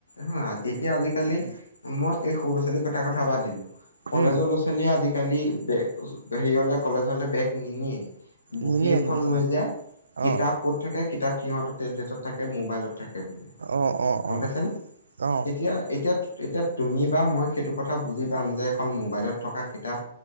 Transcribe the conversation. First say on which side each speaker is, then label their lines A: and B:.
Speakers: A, on the left (about 80°); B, on the right (about 75°).
A: নহয়। এতিয়া আজিকালি
B: উম
A: মই এই সৰু ল'ৰা-ছোৱালী কেইটাৰ কথা বাদ দিলোঁ। কলেজৰ
B: উম
A: ল'ৰা-ছোৱালীয়ে আজিকালি বেগ হেৰি হ'লে কলেজৰলৈ বেগ নিনিয়ে। বহী
B: নিনিয়ে
A: এখন
B: নিনিয়ে
A: লৈ যায়। কিতাপ
B: অ
A: ক'ত থাকে? কিতাপ সিহঁতৰ টেবলেটত থাকে, মোবাইলত থাকে মানে
B: অ অ
A: গম
B: অ
A: পাইছনে?
B: অ
A: এতিয়া, এতিয়া এতিয়া তুমি বা মই সেইটো কথা বুজি পাম, যে এখন মোবাইলত থকা কিতাপ